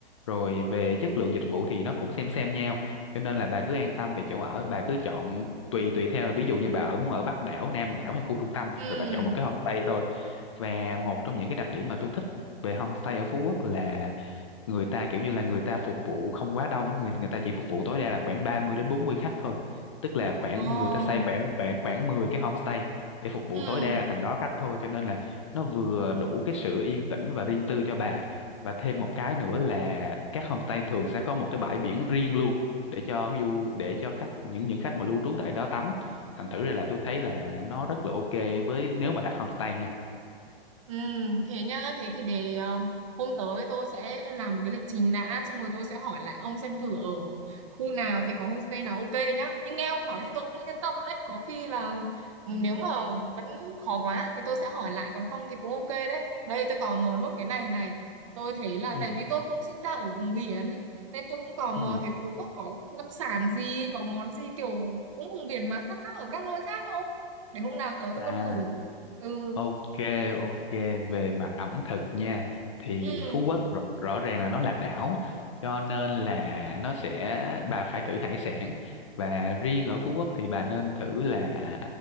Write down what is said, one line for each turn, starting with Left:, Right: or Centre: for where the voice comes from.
Left: rồi về chất lượng dịch vụ thì nó cũng xem xem nhau cho nên là bà cứ an tâm về chỗ ở bà cứ chọn tùy tùy theo là ví dụ như bà ở muốn ở Bắc đảo Nam đảo hay khu trung tâm
Right: ừ
Left: rồi bà chọn một cái homestay thôi và một trong những cái đặc điểm mà tôi thích về homestay ở Phú Quốc là người ta kiểu như là người ta phục vụ không quá đông á, người người ta chỉ phục vụ tối đa là khoảng 30 đến 40 khách thôi tức là khoảng
Right: ờ
Left: người ta xây khoảng khoảng khoảng 10 cái homestay để phục vụ
Right: ừ
Left: tối đa là tầng đó khách thôi cho nên là nó vừa đủ cái sự yên tĩnh và riêng tư cho bà và thêm một cái nữa là các homestay thường sẽ có một cái bãi biển riêng luôn để cho du để cho khách những những khách mà lưu trú tại đó tắm thành thử ra là tôi thấy là nó rất là ok với nếu mà đặt homestay nha
Right: Ừ, thế nhá, thế thì để ờ, hôm tới tôi sẽ làm cái lịch trình đã xong rồi tôi sẽ hỏi lại ông xem thử ở khu nào thì có homestay nào ok nhá. Nhưng nghe ông nói thì tôi cũng yên tâm đấy, có khi là ừ, nếu mà vẫn khó quá thì tôi sẽ hỏi lại còn không thì cũng ok đấy. Đây tôi tò mò nốt cái này này. Tôi thấy là
Left: Ừ.
Right: tại vì tôi cũng sinh ra ở vùng biển nên tôi cũng tò mò
Left: Ừ.
Right: thế Phú Quốc có đặc sản gì, có món gì kiểu cũng vùng biển mà khác khác ở các nơi khác không? Để hôm nào tới tôi
Left: À,
Right: còn thử. Ừ.
Left: Ok, ok, về mặt ẩm thực nha thì
Right: Ừ.
Left: Phú Quốc rõ, rõ ràng là nó là đảo cho nên là nó sẽ bà phải thử hải sản và riêng ở Phú Quốc thì bà nên thử là